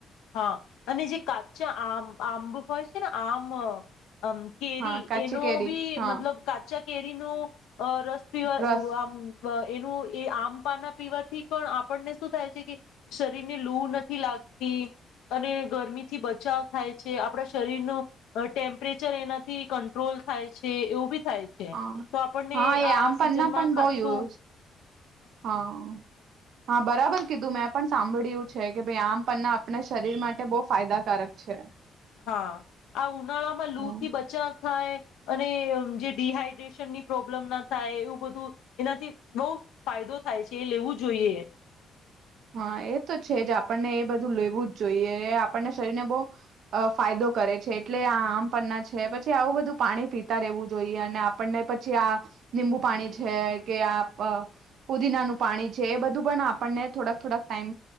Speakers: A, on the left; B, on the right.
A: હા અને જે કાચા આમ આંબ હોય છે ને આમ અમ કેરી
B: હા કાચી
A: એનો
B: કેરી
A: બી
B: હા
A: મતલબ કાચા કેરી ન અ રસ પવા
B: રસ
A: આમ બ એનું એ આમ પાના પીવાથી પણ આપણને શું થાય છે કે શરીર ને લૂ નથી લાગતી. અને ગરમીથી બચાવ થાય છે આપણા શરીર ન ટેમ્પરેચર એનાથી કંટ્રોલ થાય છે એવું બી થાય છે
B: હા
A: તો આપણને
B: હા એ
A: આ
B: આમ પણના
A: સિઝનમાં
B: પણ
A: ખાટું
B: બહ યુ હા. હા બરાબર કીધું મેં પણ સાંભળ્યું છે કે ભાઈ આમ પણના આપણે શરીર માટે બહુ ફાયદાકારક છે.
A: હા આ ઉનાળામાં લૂ
B: હમ
A: થી બચાવ થાય. અને જે ડીહાઈડ્રેશનની પ્રોબ્લેમ ના થાય એવું બધું એનાથી બહુ ફાયદો થાય છે એ લેવું જોઈએ.
B: હા એ તો છે જ આપણને એ બધું લેવું જ જોઈએ એ આપણને શરીરને બહ ફાયદો કરે છે એટલે આ આમ પરના છે પછી આવું બધું પાણી પીતા રહેેવું જોઈએ અને આપણને પછી આ લીંબુ પાણી છે કે આ પુદીનાનું પાણી છે એ બધું પણ આપણને થોડાક થોડાક ટાઈમ